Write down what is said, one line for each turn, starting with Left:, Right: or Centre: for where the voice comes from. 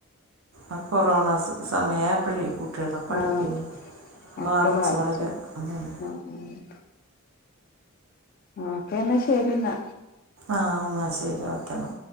Right: ആ കൊറോണാസ് സമയായപ്പഴേ കുട്ടികളെ പഠിപ്പിനെ
Left: ആഹ് അതെ ഒക്കെ
Right: ബാധിച്ച്
Left: ബാധിച്ചു
Right: വളരെ അതാണ്‌
Left: ആഹ് ആഹ് ഒക്കെ എന്നാ ശരിന്നാ
Right: ആഹ് എന്നാശരി ഓക്കെന്നാ